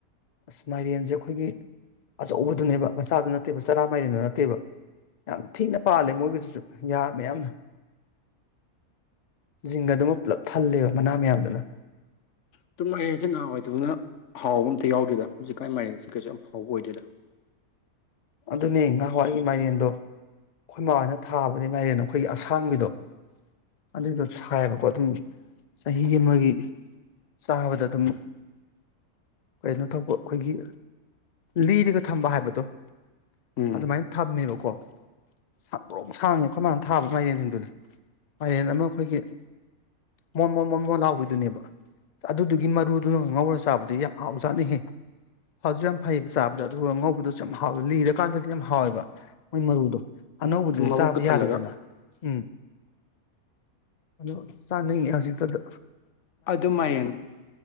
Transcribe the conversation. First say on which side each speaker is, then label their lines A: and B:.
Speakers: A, on the left; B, on the left.
A: ꯑꯁ ꯃꯥꯏꯔꯦꯟꯁꯦ ꯑꯩꯈꯣꯏꯒꯤ ꯑꯆꯧꯕꯗꯨꯅꯦꯕ ꯃꯆꯥꯗꯨ ꯅꯠꯇꯦꯕ ꯆꯔꯥ ꯃꯥꯏꯔꯦꯟꯗꯨ ꯅꯠꯇꯦꯕ ꯌꯥꯝ ꯊꯤꯅ ꯄꯥꯜꯂꯦ ꯃꯣꯏꯒꯤꯗꯨꯁꯨ ꯌꯥꯝ ꯃꯌꯥꯝ ꯖꯤꯡꯒꯗꯨꯃ ꯄꯨꯜꯂꯞ ꯊꯜꯂꯦꯕ ꯃꯅꯥ ꯃꯌꯥꯝꯗꯨꯅ
B: ꯑꯗꯨ ꯃꯥꯏꯔꯦꯟꯁꯦ ꯅꯍꯥꯟꯋꯥꯏꯗꯧꯅ ꯍꯥꯎꯕ ꯑꯝꯇ ꯌꯥꯎꯗꯔꯦꯗ ꯍꯧꯖꯤꯛꯀꯥꯟꯒꯤ ꯃꯥꯏꯔꯦꯟꯁꯦ ꯀꯩꯁꯨ ꯌꯥꯝ ꯍꯥꯎꯕ ꯑꯣꯏꯗꯔꯦꯗ
A: ꯑꯗꯨꯅꯦ ꯉꯍꯥꯟꯋꯥꯏꯒꯤ ꯃꯥꯏꯔꯦꯟꯗꯣ ꯑꯩꯈꯣꯏ ꯃꯥꯍꯣꯏꯅ ꯊꯥꯕꯗꯤ ꯃꯥꯏꯔꯦꯟ ꯗꯣ ꯑꯩꯈꯣꯏꯒꯤ ꯑꯁꯥꯡꯕꯤꯗꯣ ꯑꯗꯨꯗꯣ ꯊꯥꯏꯌꯦꯕꯀꯣ ꯑꯗꯨꯝ ꯆꯍꯤ ꯑꯃꯒꯤ ꯆꯥꯕꯗ ꯑꯗꯨꯝ ꯀꯩꯅꯣ ꯇꯧꯕ ꯑꯩꯈꯣꯏꯒꯤ ꯂꯤꯔꯒ ꯊꯝꯕ ꯍꯥꯏꯕꯗꯣ
B: ꯎꯝ
A: ꯑꯗꯨꯃꯥꯏꯅ ꯊꯝꯃꯦꯕꯀꯣ ꯁꯥꯡꯗꯔꯣꯡ ꯁꯥꯡꯉꯦ ꯑꯩꯈꯣꯏ ꯃꯥꯅ ꯊꯥꯕ ꯃꯥꯏꯔꯦꯟꯁꯤꯡꯗꯨꯗꯤ ꯃꯥꯏꯔꯦꯟ ꯑꯃ ꯑꯩꯈꯣꯏꯒꯤ ꯃꯣꯟ ꯃꯣꯟ ꯃꯣꯟ ꯃꯣꯟ ꯂꯥꯎꯕꯤꯗꯨꯅꯦꯕ ꯑꯗꯨꯗꯨꯒꯤ ꯃꯔꯨꯗꯨꯅ ꯉꯧꯔꯒ ꯆꯥꯕꯗ ꯌꯥꯝ ꯍꯥꯎ ꯆꯥꯅꯩꯍꯦ ꯍꯥꯎꯁꯨ ꯌꯥꯝ ꯐꯩꯌꯦꯕ ꯆꯥꯕꯗꯣ ꯑꯗꯨꯒ ꯉꯧꯕꯗꯁꯨ ꯌꯥꯝ ꯍꯥꯎꯋꯦ ꯂꯤꯔꯀꯥꯟꯗꯗꯤ ꯌꯥꯝ ꯍꯥꯎꯋꯦꯕ ꯃꯣꯏ ꯃꯔꯨꯗꯣ ꯑꯅꯧꯕꯗꯨꯗꯤ
B: ꯃꯕꯨꯛꯀ
A: ꯆꯥꯕ ꯌꯥꯗꯦꯗꯅ
B: ꯊꯜꯂꯒ
A: ꯎꯝ ꯑꯗꯣ ꯆꯥꯅꯤꯡꯉꯦ ꯍꯧꯖꯤꯛꯇꯗ
B: ꯑꯗꯨꯝꯃꯥꯏꯌꯦꯟ